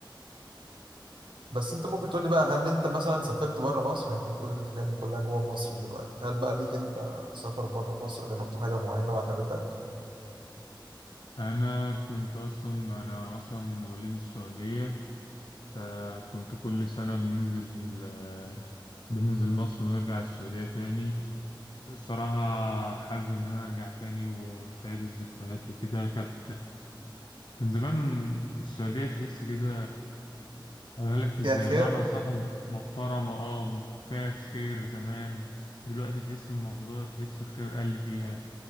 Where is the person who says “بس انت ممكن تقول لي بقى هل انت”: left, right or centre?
Right